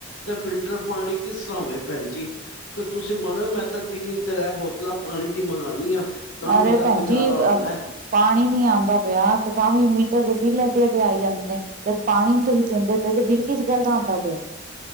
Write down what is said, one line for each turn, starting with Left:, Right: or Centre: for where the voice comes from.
Left: ਦੇ, ਫਿਲਟਰ ਪਾਣੀ ਕਿਸ ਤਰ੍ਹਾਂ ਹੋਵੇ? ਭੈਣਜੀ! ਤੇ ਤੁਸੀਂ ਮੰਨੋ, ਮੈਂ ਤਾਂ ਦਿਨ ਵਿਚ ਤ੍ਰੈ ਬੋਤਲਾਂ ਪਾਣੀ ਦੀ ਮੰਗਾਨੀ ਆ। ਤਾਂ, ਮੇਰਾ
Right: ਅਰੇ ਭੈਣ
Left: ਗੁਜ਼ਾਰਾ
Right: ਜੀ ਅ
Left: ਹੁੰਦਾ।
Right: ਪਾਣੀ ਨੀ ਆਂਦਾ ਪਿਆ ਤ, ਤਾਵੀ ਮੀਟਰ ਦੇ ਬਿੱਲ ਐਡੇ -ਐਡੇ ਆਈ ਜਾਂਦੇਨ। ਜਦ ਪਾਣੀ ਨੀ ਤੁਸੀਂ ਦਿੰਦੇ ਪਏ ਤੇ, ਬਿੱਲ ਕਿਸ ਗੱਲ ਦਾ ਆਦਾ ਪਿਆ?